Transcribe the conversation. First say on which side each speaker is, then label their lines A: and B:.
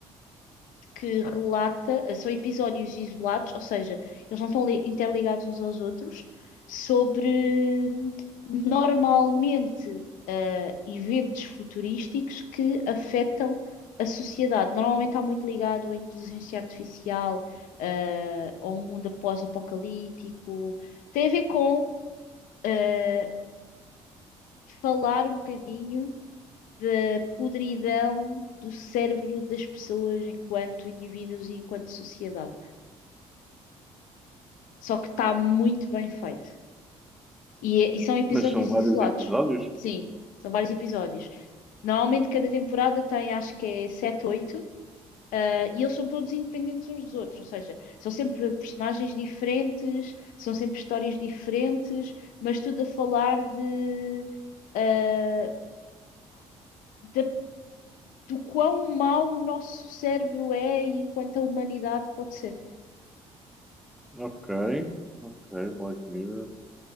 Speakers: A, on the left; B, in the centre.
A: que relata, são episódios isolados, ou seja, eles não estão li- interligados uns aos outros, sobre hum, normalmente eh, eventos futurísticos que afetam a sociedade. Normalmente está muito ligado à inteligência artificial, eh, ao mundo pós-apocalíptico. Tem a ver com eh, falar um bocadinho da podridão do cérebro das pessoas enquanto indivíduos e enquanto sociedade. Só que está muito bem feito. E, é- e são episódios
B: Mas são vários
A: isolados.
B: episódios?
A: Sim, são vários episódios. Normalmente cada temporada tem, acho que é 7 8 eh, e eles são todos independentes uns dos outros, ou seja, são sempre personagens diferentes, são sempre histórias diferentes, mas tudo a falar de, ah, da do quão mau o nosso cérebro é e enquanto a humanidade pode ser.
B: Ok, ok, Black Mirror.